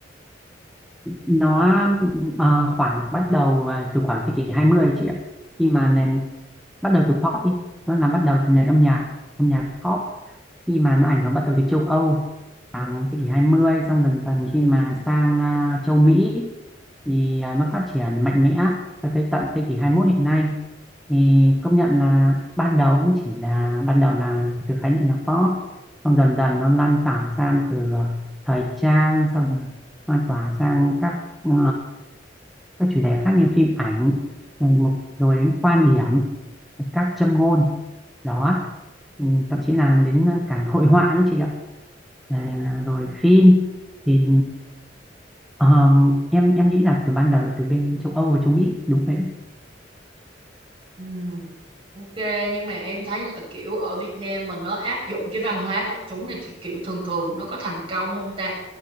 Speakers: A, in the centre; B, on the right (about 30°).
A: nó ờ, khoảng bắt đầu ờ, từ khoảng thế kỷ 20 chị ạ khi mà nền bắt đầu từ pop đi nó là bắt đầu từ nền âm nhạc âm nhạc pop khi mà nó ảnh hưởng bắt đầu từ châu Âu khoảng thế kỷ hai mươi xong dần dần khi mà sang ờ, châu Mỹ thì ờ, nó phát triển mạnh mẽ cho tới tận thế kỷ 21 hiện nay thì công nhận là ban đầu cũng chỉ là ban đầu là từ khái niệm nhạc pop xong dần dần nó lan tỏa sang từ ờ, thời trang xong lan tỏa sang các ờ, các chủ đề khác như phim ảnh rồi một rồi đến quan điểm các châm ngôn đó Ừ, thậm chí là đến cả hội họa nữa chị ạ À, rồi phim thì ờm, em em nghĩ là từ ban đầu từ bên châu Âu và châu Mỹ đúng vậy
B: Ừ. Ok nhưng mà em thấy là kiểu ở Việt Nam mình nó áp dụng cái văn hóa đại chúng này thì kiểu thường thường nó có thành công không ta?